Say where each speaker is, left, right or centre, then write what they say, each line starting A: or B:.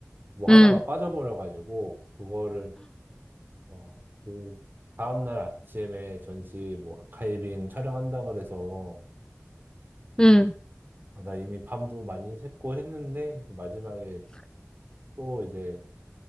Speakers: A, on the right (about 45°); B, on the left (about 15°).
A: 뭐
B: 응.
A: 하나가 빠져버려가지고
B: <gasps>
A: 그거를, 와, 그, 다음날 아침에 전시 뭐 아카이빙 촬영한다 그래서
B: 응.
A: 아, 나 이미 밤도 많이 샜고 했는데 그 마지막에 또 이제